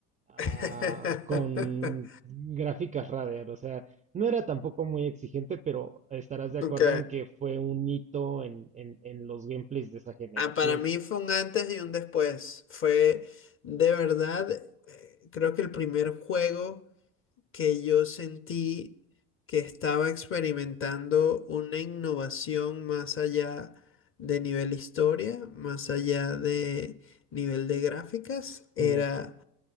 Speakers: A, on the right; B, on the left.
A: ah,
B: <laughs>
A: con gráficas Radeon. O sea, no era tampoco muy exigente, pero estarás de acuerdo
B: Ok.
A: en que fue un hito en, en, en los gameplays de esa generación.
B: Ah, para mí fue un antes y un después. Fue de verdad, creo que el primer juego que yo sentí que estaba experimentando una innovación más allá de nivel historia, más allá de nivel de gráficas, era
A: Ujú.